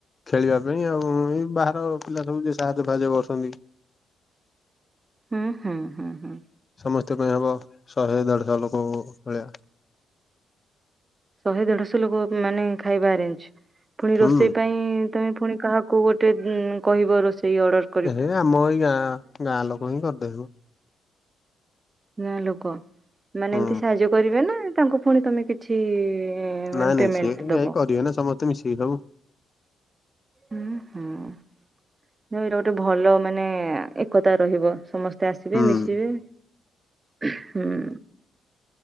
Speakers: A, on the left (about 35°); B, on the right (about 25°).
A: ଖେଳିବା ପାଇଁ ଆଉ ଏଇ ବାହାର ପିଲା ସବୁ ଯିଏ ସାହାଯ୍ୟ ଫାହାଜ୍ୟ କରୁଛନ୍ତି।
B: ହୁଁ ହୁଁ ହୁଁ।
A: ସମସ୍ତଙ୍କ ପାଇଁ ହବ ଶହେ ଦେଢ଼ଶହ ଲୋକ ଭଳିଆ।
B: ଶହେ ଦେଢଶହ ଲୋକ ଉଁ ମାନେ ଖାଇବା ଆରେଞ୍ଜ ପୁଣି
A: ହୁଁ
B: ରୋଷେଇ ପାଇଁ ତମେ ପୁଣି କାହା କୁ ଗୋଟେ ଉଁ କହିବ ରୋଷେଇ ଅର୍ଡ଼ର।
A: ଏ ଆମ ଏଇ ଗାଁ ଗାଁ ଲୋକ ହିଁ କରିଦେବେ ମ।
B: ଗାଁ ଲୋକ ମାନେ
A: ହୁଁ
B: ଏମିତି ସାହାଯ୍ୟ କରିବେ ନା ତାଙ୍କୁ ପୁଣି ତମେ କିଛି। ମାନେ
A: ନାଇଁ ନାଇଁ
B: ପେମେଣ୍ଟ
A: ସିଏ
B: ଦବ।
A: ଯାଇଁ କରିବେ ନା ସମସ୍ତେ ମିଶିକି ସବୁ।
B: ହୁଁ ହୁଁ ଏଇଟା ଗୋଟେ ଭଲ ମାନେ ଏକତା ରହିବ ସମ ତେ ଆସିବେ
A: ହୁଁ
B: ମିଶିବେ ହୁଁ।